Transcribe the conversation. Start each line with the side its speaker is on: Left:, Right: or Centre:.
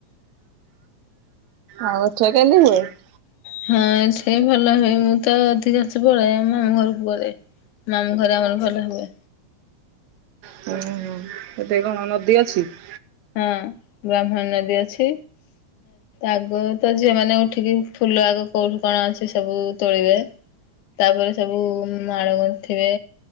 Right: ଆଉ ଅଛ କେି ହୁଏ <unintelligible>
Left: ହଁ ସେ ଭଲ ହୁଏ ମୁଁ ତ ଅଧିକାଷ ପଳାଏ ଆମ ଘରକୁ ପଳାଏ। ମାମୁ ଘରେ ଆମର ଭଲ ହୁଏ।
Right: ହୁଁ ହ ଏଠ କଣ ନଦୀ ଅଛି <unintelligible>
Left: ହଁ। ବ୍ରାହ୍ମଣ ନଦୀ ଅଛି ଆଗ ତ ଝିଅମାନେ ଉଠିକି ଫୁଲ ଆଗ କୋଉଠୁ କଣ ଅଛି ସବୁ ତୋଳିବେ। ତାପରେ ସବୁ ମାଳ ଗୁନ୍ଥିବେ